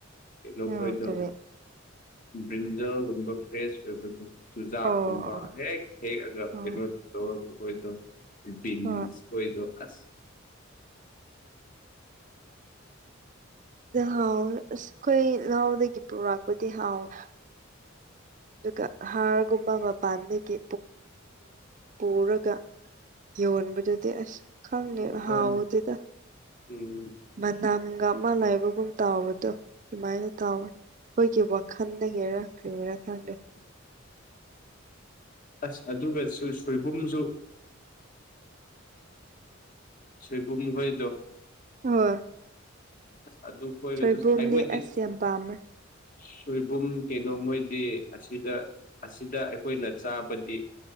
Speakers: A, on the left; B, on the right.
A: ꯅꯈꯣꯏꯗꯣ
B: ꯎꯝ ꯀꯔꯤ
A: ꯕ꯭ꯔꯤꯜꯖꯔꯒꯨꯝꯕ ꯐ꯭ꯔꯦꯁ ꯑꯣꯏꯕꯗꯣ ꯆꯨꯖꯥꯛꯀꯨꯝꯕ
B: ꯑꯣ ꯑꯣ
A: ꯍꯦꯛ ꯍꯦꯛꯑꯒ
B: ꯑꯣ
A: ꯀꯩꯅꯣ ꯇꯧꯔ ꯑꯩꯣꯏꯗꯣ ꯕꯤꯟꯁ
B: ꯑꯣ
A: ꯍꯣꯏꯗ ꯑꯁ
B: ꯍꯥꯎꯋꯦ ꯑꯁ ꯑꯩꯈꯣꯏ ꯂꯥꯎꯗꯒꯤ ꯄꯨꯔꯛꯄꯗꯤ ꯍꯥꯎꯦ ꯑꯗꯨꯒ ꯍꯥꯔꯒꯨꯝꯕ ꯃꯄꯥꯟꯗꯒꯤ ꯄꯨꯔꯒ ꯌꯧꯟꯕꯗꯨꯦꯗꯤ ꯑꯁ ꯈꯪꯅꯦ
A: ꯎꯝ ꯍꯥꯎ
B: ꯍꯥꯎꯗꯗ
A: ꯎꯝ
B: ꯃꯅꯝꯒ ꯃꯥ ꯂꯥꯏꯕꯒꯨꯝ ꯇꯥꯎꯕꯗꯣ ꯑꯗꯨꯃꯥꯏꯅ ꯇꯋꯦ ꯑꯩꯈꯣꯏꯒꯤ ꯋꯥꯈꯜ ꯍꯔ ꯀꯔꯤ ꯍꯥꯏꯔꯀꯥꯟꯗꯦ
A: <unintelligible> ꯑꯁ ꯑꯗꯨꯒꯁꯨ ꯁꯣꯏꯕꯨꯝꯁꯨ ꯁꯣꯏꯕꯨꯝꯍꫭꯏꯗꯣ
B: ꯍꯣꯏ
A: ꯑꯁ ꯑꯗꯨ ꯈꯣꯏꯒꯁꯨ
B: ꯁꯣꯏꯕꯣꯝꯗꯤ
A: ꯑꯩꯈꯣꯏꯗꯤ
B: ꯑꯁ ꯌꯥꯝ ꯄꯥꯝꯃꯦ
A: ꯁꯣꯏꯕꯨꯝ ꯀꯩꯅꯣ ꯃꯣꯏꯗꯤ ꯑꯁꯤꯗ ꯑꯁꯤꯗ ꯑꯩꯈꯣꯏꯅ ꯆꯥꯕꯗꯤ